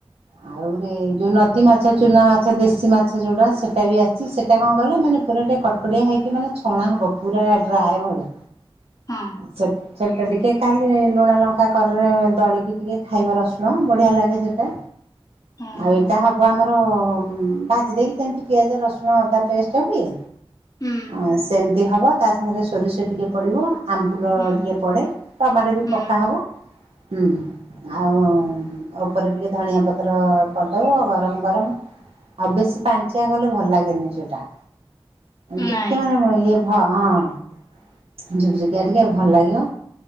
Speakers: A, on the right; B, on the left.
A: ଆଉ ଆଉରେ ଯୋଉ ନଦୀ ମାଛ ଚୁନା ମାଛ ଦେଶୀ ମାଛ ଯୋଉଟା ସେଟା ବି ଆସିଛି ସେଟା କଣ କହିଲ ମାନେ ପୁରା ଟିକେ କଟକଡିଆ ହେଇକି ମାନେ ଛଣା ହବ ପୁରା ଡ୍ରାଏ ଭଳିଆ।
B: ହଁ
A: ସେଟ ସେଟା ଟିକେ ଖାଲି ଲୁଣ ଲଙ୍କା କରରେ ଦଳିକି ଟିକେ ଖାଇବା ରସୁଣ ବଢ଼ିଆ ଲାଗେ ସେଇଟା
B: ହଁ
A: ଆଉ
B: ହଁ
A: ଏ ତାହାବ ବ ଆମର ଭାଜି ଦେଇକି ଯେମିତି ପିଆଜ ରସୁଣ ଅଦା ପେଷ୍ଟ ହୁଏ
B: ହୁଁ
A: ଅ ସେମିତି ହବ ତା ସାଙ୍ଗରେ ସୋରିଷ ଟିକେ ପଡିବ ଆମ୍ବୁଲ
B: ହୁଁ
A: ଟିକେ ପଡେ, ଟମାଟେ ବି
B: ହୁଁ
A: ପକା ହବ ହୁଁ। ଆଉ ଉପରେ ଟିକେ ଧଣିଆ ପତ୍ର କରିଦବ, ଗରମ୍ ଗରମ୍ ଆଉ ବେଶୀ ପାଣିଞ୍ଚିଆ କଲେ ଭଲ ଲାଗେନି ସେଟା। ଟିକେ
B: ନାଇଁ
A: ମାନେ ଇଏ ଭ, ହଁ ଯୁକ୍ ଯୁକିଆ ଟିକେ ଭଲ ଲାଗିବ